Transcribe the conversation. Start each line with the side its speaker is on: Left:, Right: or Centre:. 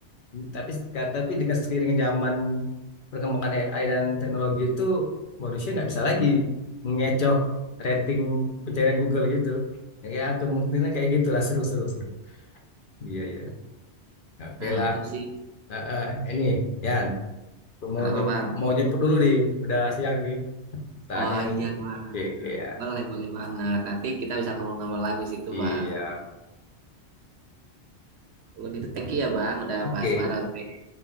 Left: tapi tapi dengan seiring dengan zaman perkembangan AI dan teknologi itu manusia nggak bisa lagi mengecoh rating pencarian Google gitu. Ya kemungkinan kayak gitulah seru-seru seru. Iya iya. Oke
Right: Nah,
Left: lah.
Right: itu sih.
Left: Heeh. Ini Yan mau
Right: Kenapa,
Left: jem-
Right: Bang?
Left: mau jemput dulu nih. Udah siang nih. Tanya
Right: Wah,
Left: jemput.
Right: iya, Bang.
Left: Oke oke ya.
Right: Boleh, boleh banget. Nanti kita bisa ngobrol-ngobrol lagi situ,
Left: Iya.
Right: Bang. Kalau gitu, thank you ya, Bang. Udah
Left: Oke.
Right: bahas bareng.